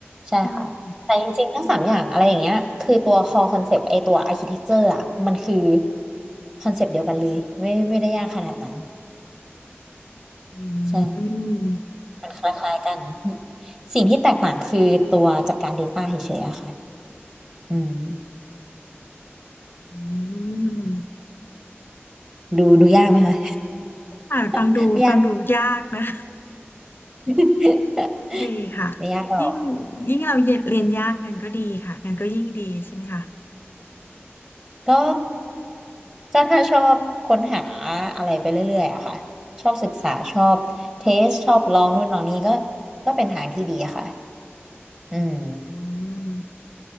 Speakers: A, on the right (about 15°); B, on the left (about 55°).
A: ใช่ค่ะ
B: ม
A: แต่จริงๆทั้งสามอย่างอะไรอย่างเงี้ยคือตัว core concept ไอตัว architecture อ่ะมันคือคอนเซปต์เดียวกันเลยไม่ไม่ได้ยากขนาดนั้น
B: อื
A: ใช่
B: ม
A: มันคล้ายๆกันสิ่งที่แตกต่างคือตัวจัดการ Data เฉยๆอะค่ะอืม
B: อืม
A: ดูดูยากไหมคะ
B: อ่าฟังดูฟังดูยากนะ
A: <laughs> ไม่ยาก <laughs>
B: <laughs> ดีค่ะ
A: ไม่ยากหรอก
B: ยิ่งยิ่งเราเรียนเรียนยากเงินก็ดีค่ะเงินก็ยิ่งดีใช่ไหมคะ
A: ก็ก็ถ้าชอบค้นหาอะไรไปเรื่อยๆอะค่ะชอบศึกษาชอบเทสชอบลองนู่นลองนี่ก็ก็เป็นทางที่ดีอะค่ะอืม
B: อืม